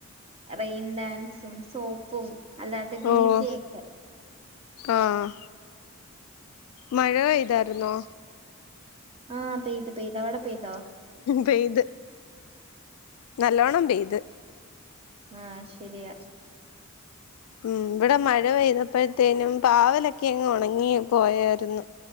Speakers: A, on the right; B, on the left.
A: റെയിൻ ഡാൻസും സോപ്പും അല്ലാത്ത ഡി
B: ഓഹ്
A: ജെ ക്കെ
B: ആഹ് മഴ പെയ്തായിരുന്നോ
A: ആ പെയ്ത് പെയ്ത് അവിടെ പെയ്തോ
B: പെയ്ത് നല്ലോണ്ണം പെയ്ത്
A: ആ ശരിയാ
B: ഉ ഇവിടെ മഴ പെയ്തപ്പോഴത്തേനും പാവലൊക്കെ അങ്ങ് ഉണങ്ങി പോയായിരുന്നു